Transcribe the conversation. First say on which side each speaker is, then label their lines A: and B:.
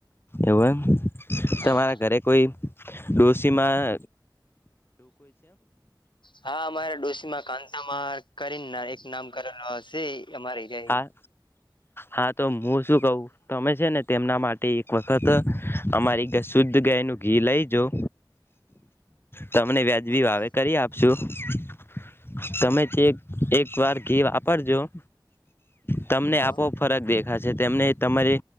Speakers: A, on the left; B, on the left.
A: એવું એમ
B: હા
A: તમારા
B: હા
A: ઘરે કોઈ રોશીમાં.
B: હા અમારા ડોશીમાં કાતા મા. કરીને ના એક નામ કરેલો હશે અમારી રહી
A: હા હા તો હું શું કવું તમે છે ને તેમના માટે એક વસ્ત વખત અમારી શુદ્ધ ગાયનું ઘી લઈ જા તમને વ્યાજબી
B: બરોબર
A: વાવે કરી આપશું. <inaudible> તમે
B: હા
A: એક વાર ઘી આપો જોય. તમને
B: હા
A: આપો ફરક દેખ તેમને તમારે